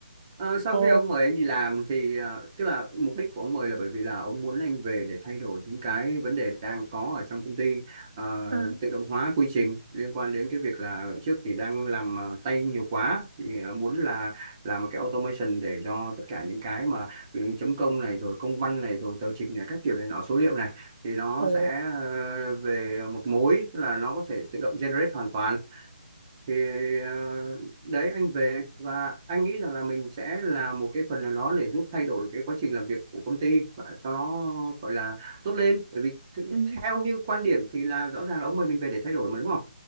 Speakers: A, on the right; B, on the right.
A: Ờ, sau
B: ồ
A: khi ông mời anh đi làm thì ờ, tức là mục đích của ông mời là bởi vì là ông muốn anh về để thay đổi những cái vấn đề đang có ở trong công ty Ờ,
B: à,
A: tự động hóa quy trình liên quan đến cái việc là trước thì đang làm ờ, tay nhiều quá thì ờ, muốn là làm một cái automation để cho tất cả những cái mà ừ, chấm công này rồi công văn này rồi tờ trình này các kiểu này nọ số liệu này thì nó
B: ồ
A: sẽ ờ, về một mối tức là nó có thể tự động generate hoàn toàn thì ờ, đấy anh về và anh nghĩ rằng là mình sẽ làm một cái phần nào đó để giúp thay đổi cái quá trình làm việc của công ty và cho nó gọi là tốt lên bởi vì th-
B: ừ,
A: theo như quan điểm thì là rõ ràng là ông mời mình về để thay đổi mà đúng không